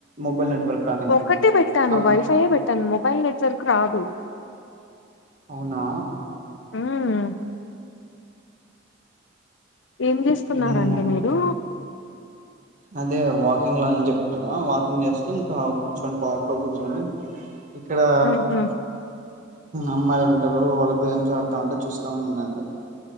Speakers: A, on the right; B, on the left.
A: మొబైల్ నెట్వర్క్ కానీ
B: ఒక్కటే పెట్టాను
A: అలా
B: వైఫైయే పెట్టాను మొబైల్ నెట్వర్క్ రాదు
A: అవునా
B: మ్మ్ ఏం చేస్తున్నారండి
A: నేను మొ
B: మీరు
A: అదే వాకింగ్ లా అని చెప్పా కథ వాకింగ్ చేస్తూ ఇంకా కూర్చోని పార్క్లో కూర్చుని ఇక్కడా
B: ఊహూ
A: అమ్మాయిలు ఉంటారు వాళ్ళు గేమ్స్ ఆడతా ఉంటే చూస్తా ఉన్నానండి